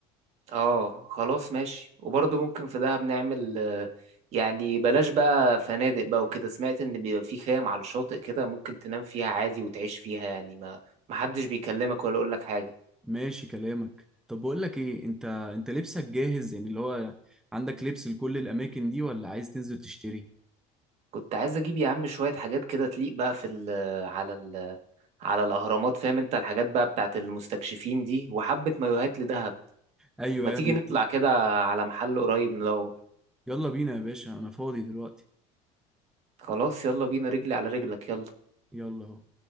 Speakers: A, on the right; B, in the centre.
A: اه خلاص ماشي وبرضه ممكن في دهب نعمل آه، يعني بلاش بقى فنادق بقى وكده سمعت ان بيبقى في خيام على الشاطئ كده ممكن تنام فيها عادي وتعيش فيها يعني ما محدش بيكلمك ولا يقول لك حاجة
B: ماشي كلامك طب بقول لك ايه انت انت لبسك جاهز يعني اللي هو عندك لبس لكل الاماكن دي ولا عايز تنزل تشتري
A: كنت عايز اجيب يا عم شوية حاجات كده تليق بقى في ال على ال على الاهرامات فاهم انت الحاجات بقى بتاعت المستكشفين دي وحبة مايوهات لدهب
B: ايوه
A: ما
B: ايوه
A: تيجي
B: انا مت...
A: نطلع كده على محل قريب ندور
B: يلا بينا يا باشا انا فاضي دلوقتي
A: خلاص يلا بينا رجلي على رجلك يلا
B: يلا اهو